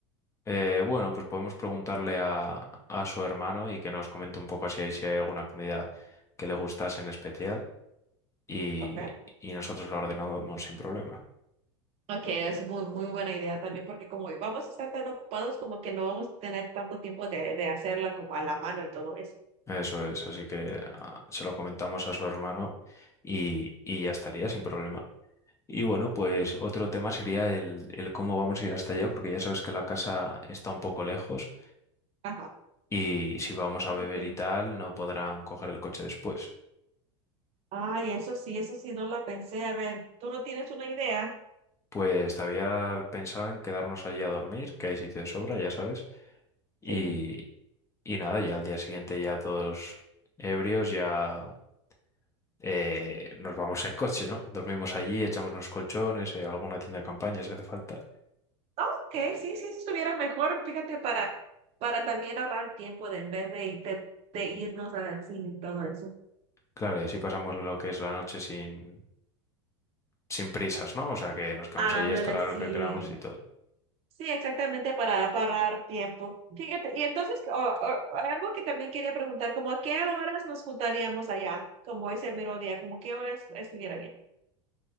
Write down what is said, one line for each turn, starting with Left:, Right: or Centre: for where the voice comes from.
Left: Eh, bueno, pues podemos preguntarle a, a su hermano y que nos comente un poco así ahí si hay alguna comida que le gustase en especial y,
Right: Okay.
Left: y nosotros la ordenamos sin problema.
Right: Ok, es muy, muy buena idea también porque como vamos a estar tan ocupados como que no vamos a tener tanto tiempo de, de hacerla como a la mano y todo eso.
Left: Eso es, así que ah, se lo comentamos a su hermano y, y ya estaría sin problema. Y bueno, pues otro tema sería el, el cómo vamos a ir hasta allá, porque ya sabes que la casa está un poco lejos
Right: Ajá,
Left: y si vamos a
Right: fíjate.
Left: beber y tal, no podrán coger el coche después.
Right: Ay, eso sí, eso sí, no la pensé. A ver, ¿tú no tienes una idea?
Left: Pues te había pensado en quedarnos allí a dormir, que hay sitio de sobra, ya sabes. Y,
Right: Sí.
Left: y nada, ya al día siguiente ya todos ebrios, ya eh, nos vamos en coche, ¿no? Dormimos allí, echamos unos colchones, eh, alguna tienda de campaña si hace falta.
Right: Ok, sí, sí, eso estuviera mejor, fíjate, para, para también ahorrar el tiempo de en vez de, de, de irnos así y todo eso.
Left: Claro, y así pasamos lo que es la noche sin, sin prisas, ¿no? O sea, que nos quedamos
Right: Ándale,
Left: allí hasta la
Right: sí.
Left: hora que queramos y todo.
Right: Sí, exactamente para parar tiempo. Fíjate, y entonces o- o- algo que también quería preguntar, como a qué horas nos juntaríamos allá, como ese mero día, como qué horas estuviera bien.